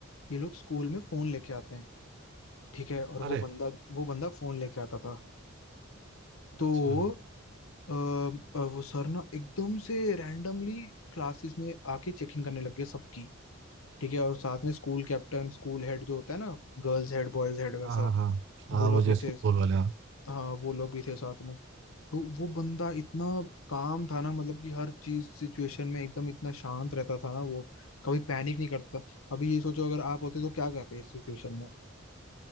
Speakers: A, on the left; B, on the right.
A: ये लोग स्कूल में फोन लेके आते हैं ठीक है और
B: अरे
A: वो बंदा वो बंदा फोन लेके आता था तो
B: अच्छा
A: अ, अ, वो सर ना एकदम से रैंडमली क्लासेस में आके चेकिंग करने लग गए सबकी ठीक है और साथ में स्कूल कैप्टन स्कूल हेड जो होता है ना गर्ल्स हेड बॉयज हेड वैसा
B: हाँ हाँ हाँ
A: वो
B: हाँ
A: लोग
B: मुझे
A: भी
B: स्कूल
A: थे
B: वाले हाँ
A: हाँ वो लोग भी थे साथ में तो वो बंदा इतना काम था ना मतलब कि हर चीज सिचुएशन में एकदम इतना शांत रहता था ना वो कभी पैनिक नहीं करता था अभी ये सोचो अगर आप होते तो क्या करते इस सिचुएशन में